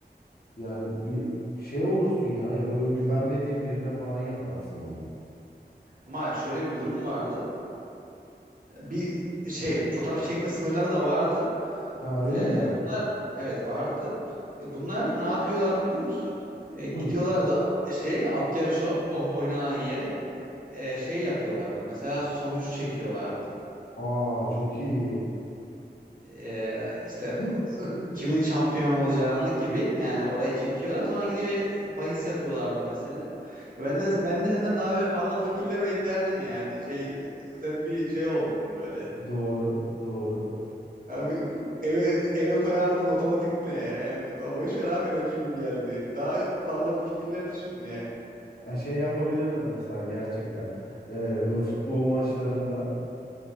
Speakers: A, on the left (about 60°); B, on the right (about 50°).
A: Yani bir şey olursun ya ya da böyle güvenmediğin birine falan yaparsın bunu.
B: Ama şöyle bir durum vardı. bir şey fotoğraf çekme sınırları da vardı.
A: Ha öyle
B: Ee,
A: mi?
B: bunlar evet vardı. E, bunlar ne yapıyorlardı biliyor musun? E, gidiyorlardı
A: Hı.
B: e, şey at yarışı o- oynanan yere e, şey yapıyorlardı. Mesela sonucu çekiyorlardı.
A: Aa çok iyi.
B: E, işte
A: <laughs>
B: o- kimin şampiyon olacağını gibi yani orayı çekiyorlar sonra gidiyor ya- bahis yapıyorlardı mesela. Ya benden ben de senden daha böyle parlak fikirleri beklerdim yani. Şey sen bir şey oldun böyle.
A: Doğru, doğru.
B: Abi eve eve koyardım otomatik ne ya? Yani boş ver abi eve kimin geldiğini. Daha parlak fikirler düşün yani.
A: Ya şey yapabilirdim mesela gerçekten. Ee, böyle futbol maçlarında